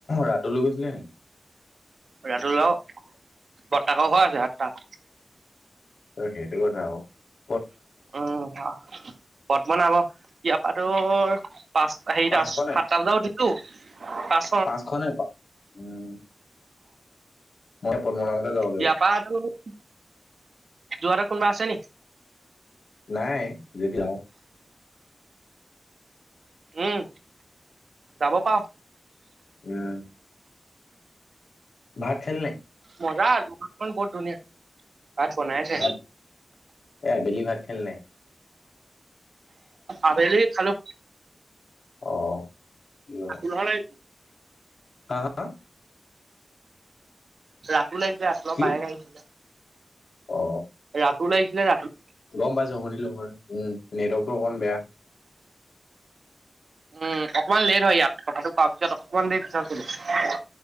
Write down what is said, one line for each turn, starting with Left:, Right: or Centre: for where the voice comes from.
Left: তাতো লৈ গৈছিলে নি?
Right: ৰাতুল দাও বৰ্তাকৰ ঘৰ আছে তাত।
Left: তই সেইটো কথা ক।
Right: উম পদ বনাব ইয়াৰ পা তোৰ পাঁচ সেই
Left: পাঁচশ
Right: সাতটা
Left: নে?
Right: বজাত উঠিলো। পাঁচ
Left: পাঁচশ নাই পোৱা। উম, মই প মক যাব লাগিব।
Right: ইয়াৰ পৰা তোৰ যোৰহাটত কোনোবা আছে নি?
Left: নাই যদি
Right: উম যাব পাওঁ।
Left: উম। ভাত খালি নে?
Right: মজা, যোৰহাটখন বহুত ধুনীয়া। ভাত বনাইছে
Left: ভাত, এ আবেলি ভাত খালি নাই?
Right: আবেলি খালো।
Left: অ। কিয়?
Right: উলহ নাই।
Left: হা হা।
Right: ৰাতুল আহিছিলে ৰাতুল
Left: কি?
Right: বায়েক আহিছিলে।
Left: অ।
Right: ৰাতুল আহিছিলে, ৰাতু
Left: গম পাইছোঁ, শুনিলোঁ। উম, নেটৱৰ্কটো অকণ বেয়া।
Right: উম, অকমান লেট হয় ইয়াত কথাটো কোৱাৰ পিছত অকমান দেৰি পিছত শুনে।